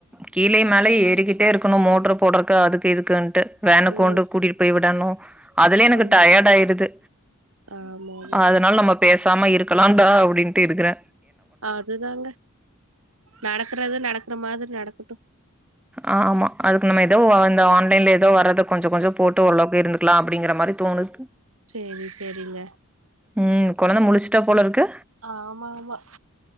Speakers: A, in the centre; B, on the right.
A: கீழயு மேலயு ஏறிகிட்டே இருக் கணும் மோட்டர் போடுறாக்கு அதுக்கு இதுக்குன்ட்டு வேனுக்கு
B: ஓ
A: கொண்டு கூட்டிட்டு போய் விடணும் அதுலே எனக்கு
B: ஆமா
A: டயர்ட் ஆயிருது
B: ஆமா ஆமா
A: அதனால நம்ம பேசாம இருக்கலாம்டா அப்டின்ட்டு இருக்றே
B: அதுதாங்க நடக்கறது நடக்கற மாதிரி நடக்கட்டும்
A: ஆ ஆமா அதுக்கு நம்ம ஏதோ அ இந்த ஆன்லைன்ல ஏதோ வர்றத கொஞ்சோ கொஞ்சோ போட்டு ஓரளவுக்கு இருந்துக்கலாம் அப்டிங்குற மாதிரி தோணுது
B: சேரி சேரிங்க
A: ம் கொழந்த முழிஸ்ட்டா போல இருக்கு
B: ஆமா ஆமா